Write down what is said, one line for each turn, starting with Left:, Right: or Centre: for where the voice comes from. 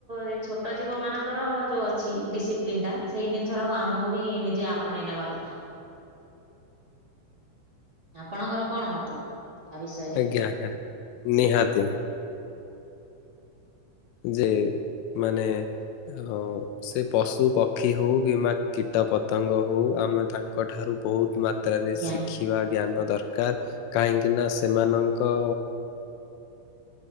Right: ଏ ଛୋଟ ଜୀବ ମାନଙ୍କର ଯୋଉ ଅଛି ଡିସିପ୍ଲିନ ଟା ସେଇ ଜିନିଷ ଟାକୁ ଆମକୁ ବି ନିଜେ ଆପଣେଇ ନେବା କଥା। ଆପଣଙ୍କର କଣ ମତ? ୟା ବିଷୟରେ?
Left: ଆଜ୍ଞା ଆଜ୍ଞା ନିହାତି। ଯେ ମାନେ ହଁ ସେ ପଶୁ ପକ୍ଷୀ ହଉ କିମ୍ବା କୀଟ ପତଙ୍ଗ ହଉ ଆମେ ତାଙ୍କ ଠାରୁ ବହୁତ ମା ତ୍ରାରେ
Right: ଆଜ୍ଞା
Left: ଶିଖିବା ଜ୍ଞାନ ଦରକାର କାହିଁକି ନା ସେମାନଙ୍କ